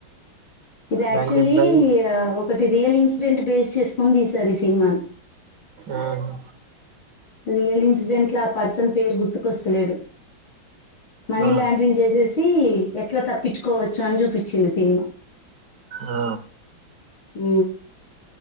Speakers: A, on the left; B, on the right.
A: ఇది యాక్చువల్లీ
B: బ్యాంక్ ఎంప్లాయీ
A: ఒకటి రియల్ ఇన్సిడెంట్ బేస్ చేసుకొని తీసారు ఈ సినిమాని
B: ఆహా
A: రియల్ ఇన్సిడెంట్ల ఆ పర్సన్ పేరు గుర్తుకొస్తలేడు మనీ
B: ఆ
A: లాండ్రింగ్ జేసేసి ఈ ఎట్లా తప్పించుకోవచ్చాని జూపించిండు సినిమా
B: ఆ
A: ఊ